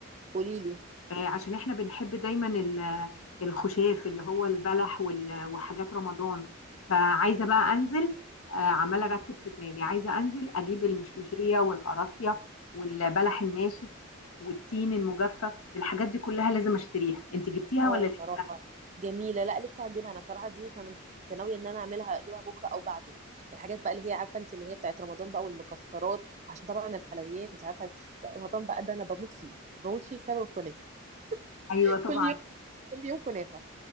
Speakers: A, on the right; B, on the left.
A: قولي لي
B: آه، عشان احنا بنحب دايما ال- الخشاف اللي هو البلح وال- وحاجات رمضان فعايزه بقى انزل آه، عماله ارتب في دماغي عايزه انزل اجيب المشمشيه والقراصيه والبلح الناشف والتين المجفف الحاجات دي كلها لازم اشتريها انت جبتيها
A: اه
B: ولا لسه
A: صراحه جميله لا لسه هجيبها انا صراحه دي كنت ناويه ان انا اعملها اجيبها بكره او بعده الحاجات بقى اللي هي عارفه انت اللي هي بتاعت رمضان بقى والمكسرات عشان طبعا الحلويات مش عارفه رمضان بقى ده انا بموت فيه بموت فيه بسبب الكنافه
B: ايوه
A: <laughs>
B: طبعا
A: كل كل يوم كنافة